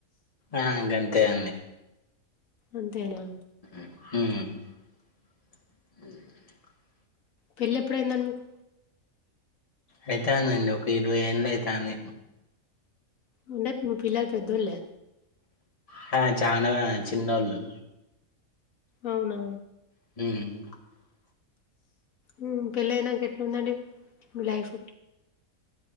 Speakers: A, on the left (about 25°); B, on the left (about 75°).
A: ఆ ఇంకంతే అండి
B: అంతేనా
A: మ్
B: పెళ్లి ఎప్పుడైందండి మీకు?
A: అయితాందండి. ఒక ఇరవై ఏంన్లు అయితంది.
B: ఉండద్ మీ పిల్లలు పెద్దోళ్లే.
A: హ చాన దాన చిన్నోళ్లు.
B: అవునా
A: మ్
B: మ్ పెళ్ళయినంక ఎట్లుందండి మీ లైఫ్?